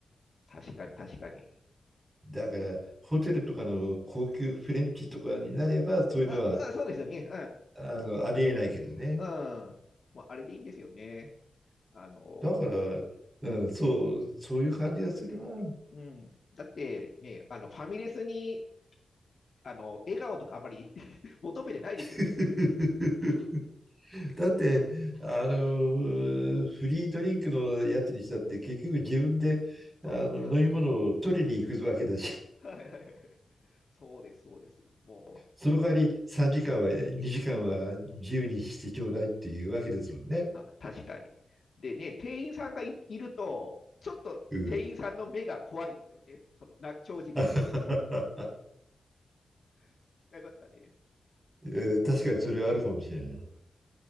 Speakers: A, on the left; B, on the right.
A: 確かに、確かに。
B: だからホテルとかの高級フレンチとかになればそういうのは
A: うん。あ、あ、そうですよね。
B: あのありえないけどね。
A: うん。うん。まあ、あれでいいんですよね。あの、
B: だから、うん、そう、そういう感じがするな。
A: うん。だってね、あの、ファミレスに、あの、笑顔とかあまり <laughs> 求めてないですよね。
B: <laughs> だって、あの、フリードリンクのやつにしたって、結局自分であの飲み物を取りに行くわけだし、
A: そうそう、うん。はいはい。そうです、そうです。もう、
B: その代わり3時間は、2時間は自由にしてちょうだいっていうわけですもんね。
A: あ、確かに。でね、店員さんがい、いると、ちょっと店員さんの目が怖いですよね。
B: うん。
A: その、な、長時間いると。
B: <laughs>
A: <laughs> 違いますかね。
B: えー確かにそれはあるかもしれない。
A: うん。